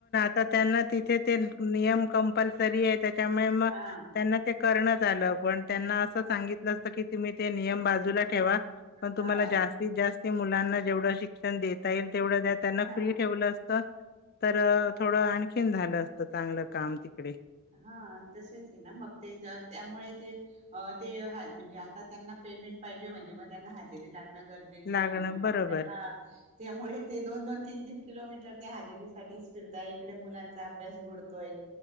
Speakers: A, on the left; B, on the right.
A: तर त्यांना तिथे ते नियम कंपल्सरी आहे त्याच्यामुळे मग
B: हा
A: त्यांना ते करणच आलं पण त्यांना असं सांगितलं असतं की तुम्ही ते नियम बाजूला ठेवा पण
B: हा
A: तुम्हाला जास्तीत जास्त मुलांना जेवढं शिक्षण देता येईल तेवढं त्यांना
B: हा
A: फ्री ठेव. असं तर थोडं आणखीन झालं असत चांगलं काम तिकडे
B: हा तसंच आहे ना मग ते त्यामुळे ते ते म्हणजे आता त्यांना पेमेंट पाहिजे म्हणजे मग त्यांना हजेरी लागणं गरजेच गरजेच आहे
A: लागणं
B: म्हणून
A: बरोबर
B: मग त्या हा त्यामुळे ते दोन दोन तीन तीन किलोमीटर ते हाजेरी साठीच फिरतय इकडे मुलांचा अभ्यास बुडतोय.